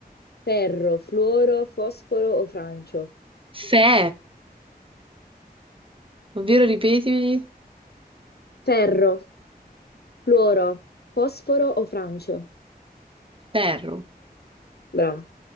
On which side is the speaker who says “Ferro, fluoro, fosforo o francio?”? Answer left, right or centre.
Left